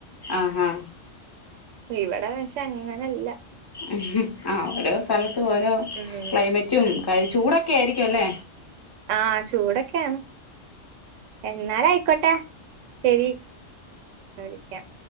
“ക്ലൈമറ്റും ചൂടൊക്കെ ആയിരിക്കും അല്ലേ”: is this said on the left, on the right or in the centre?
Left